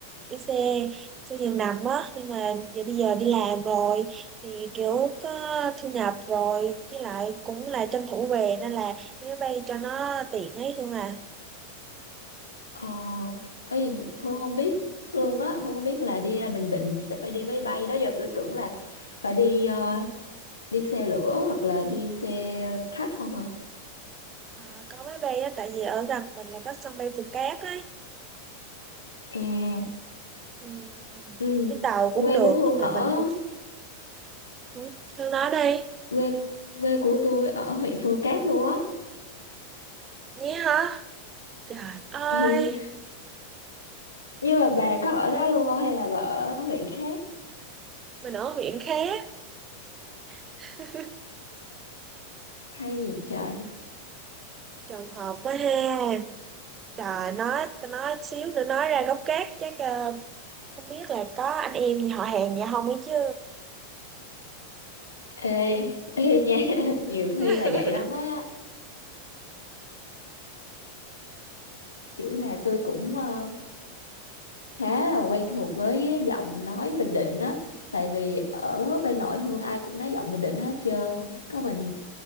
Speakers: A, on the right; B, on the left.
A: đi xe xe giường nằm á nhưng mà giờ bây giờ đi làm rồi thì kiểu có thu nhập rồi với lại cũng là tranh thủ về nên là đi máy bay cho nó tiện ấy luôn à,
B: Ờ, ấy
A: ừ.
B: Hương không biết luôn á, Hương không biết là đi ra Bình Định sẽ phải đi máy bay đó giờ tôi tưởng là phải đi ờ, đi xe lửa hoặc là đi xe khách không à?
A: à có máy bay á tại vì ở gần mình là có sân bay Phù Cát ấy
B: À,
A: ừ.
B: ừ.
A: đi tàu cũng
B: Quê
A: được
B: của Hương
A: nhưng
B: ở
A: mà mình cũng cũng thương nó đi
B: quê quê của tôi ở huyện Phù Cát luôn á.
A: nhé hả trời ơi
B: Ừ. Nhưng mà bà có ở đó luôn không hay là bà ở huyện khác?
A: mình ở huyện khác <laughs>
B: Hay gì trời?
A: trùng hợp quá ha Rồi nói tao nói xíu nữa nói ra gốc gác chắc ờ, không biết là có anh em gì họ hàng gì không ấy chứ.
B: Ê, ê nha, <laughs> nhiều
A: <laughs>
B: khi là vậy lắm á. Kiểu là tôi cũng ờ, khá là quen thuộc với giọng nói Bình Định á. Tại vì ở bên nội Hương ai cũng nói giọng Bình Định hết trơn. Có mình,